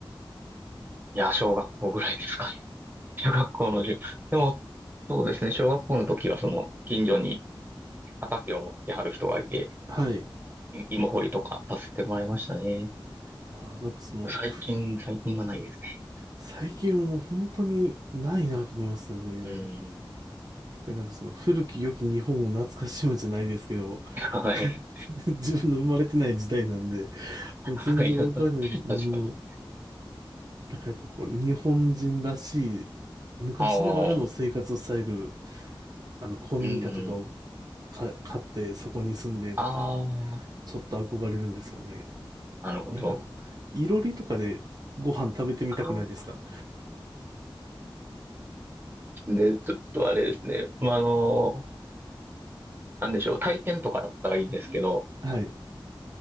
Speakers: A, on the right (about 25°); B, on the right (about 45°).
A: いや、小学校ぐらいですかね。<laughs> 中学校の授でも、そうですね。小学校の時は、その、近所に畑を持ってはる人がいて、
B: はい。
A: い芋掘りとかさせてもらいましたね。
B: あなんかその、
A: 最近、
B: ふ
A: 最近はないです
B: 最近はもう本当にないなと思いますよね。
A: ね。うん。
B: で、なんかその古き良き日本を懐かしむじゃないですけど、
A: <laughs> はい。
B: <laughs> 自分の生まれてない時代なんで、
A: はい。
B: 全然わからないものの、
A: <laughs> 確かに。
B: なんかやっぱこう、日本人らしい、昔ながらの生活スタイル、
A: ああ。
B: あの、古民家とかを
A: うん。
B: か買って、そこに住んでとか、
A: ああ。
B: ちょっと憧れるんですよね。
A: なるほど。
B: なんかあの、いろりとかでご飯食べてみたくないですか
A: ああ。で、ちょっとあれですね。まあ、あの、なんでしょう。体験とかだったらいいんですけど、
B: <laughs> はい。